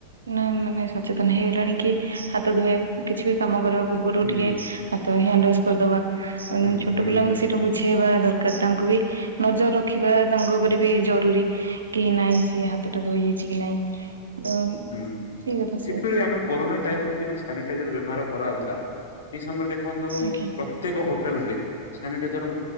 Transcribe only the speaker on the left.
ହୁଁ
ହୁଁ
ହୁଁ
ହୁଁ
ଯେପରି ଆମର କୋରୋନା ଟାଇପ ରେ ଯେରି ବ୍ୟବହାର କରାଯାଉଥିଲା ସେଇ ସମୟରେ ଦେଖନ୍ତୁ
ପ୍ରତ୍ୟେକ ହୋଟେଲ ରେ ସାନିଟାଇଜର